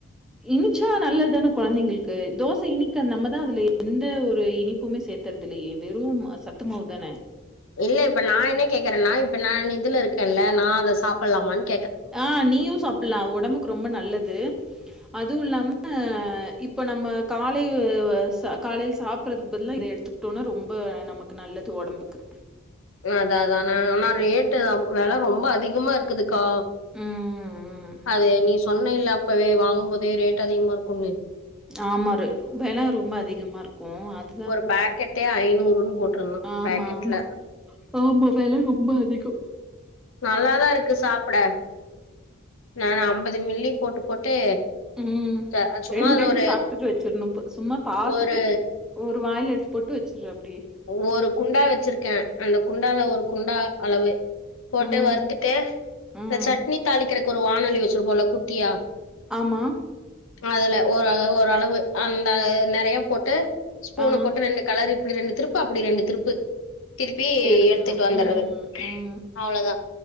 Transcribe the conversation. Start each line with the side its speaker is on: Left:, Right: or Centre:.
Centre: இனிச்சா நல்லது தான கொழந்தைங்களுக்கு தோச இனிக்க நம்மதா அதுல எந்த ஒரு இனிப்புமே சேத் துலயே வெறு சத்துமாவுதான
Left: இல்ல இப்ப நா என்ன கேக்குறேன்னா இப்ப நா இதுல இருக்கேன்ல்ல நா அத சாப்பிட்லாமான்னு
Centre: ஆ நீயு சாப்புல்லா ஒடம்புக்கு ரொம்ப நல்லது அதுவு இல்லாம இப்போ நம்ம காலை ச காலையில் சாப்பிட்றதுக்கு பதிலா இத எடுத்து தோனா ரொம்ப நமக்கு நல்லது ஒடம்புக்கு
Left: ஆ அதா அதா நா ஆனா
Centre: ம்.
Left: ரேட்டு்தா வெல ரொம்ப அதிகமா இருக்குதுக்கா
Centre: ம், ம்.
Left: அது நீ சொன்ன இல்ல அப்பவே வாங்கும் போதே ரேட் அதிகமா இருக்குனு
Centre: ஆமாரு வெல ரொம்ப அதிகமா இருக்கு அது
Left: ஒரு பேக்கெட்டே ஐநூறுன் போட்ருந்தா
Centre: ஆமா,
Left: பேக்கெட்ல
Centre: ஆமா. ஆமா வெல ரொம்ப அதிகோ
Left: நல்லாதா இருக்கு சாப்ட நானா அம்பது மில்லி போட்டு போட்டு
Centre: ம்
Left: த சும்மா
Centre: ரெண்
Left: அந்த
Centre: ரெண்டு
Left: ஒரு
Centre: சாப்டுட்டு வச்சிர்ணுப்பு சும்மா பாத்துட்டு
Left: ஒரு
Centre: ஒரு வாயில எடுத்து போட்டு வச்சுரு அப்டியே
Left: ஒவ்வொரு குண்டா வச்சிருக்க அந்த குண்டால ஒரு குண்டா அளவு போட்டு
Centre: ம்,
Left: வறுத்துட்டு
Centre: ம்.
Left: இந்த சட்னி தாளிக்றக்கு ஒரு வாணலி வச்சிருப்போல்ல குட்டியா
Centre: ஆமா
Left: அதுல ஒரு அ ஓரளவு அந்த நெறைய போட்டு ஸ்பூன
Centre: ஆ.
Left: போட்டு ரெண்டு கெளறு இப்டி ரெண்டு திருப்பு அப்டி ரெண்டு திருப்பு திருப்பி
Centre: எடுத்தணு
Left: எத்துட்டு வந்துறது
Centre: ம் ம்
Left: அவ்ளோதா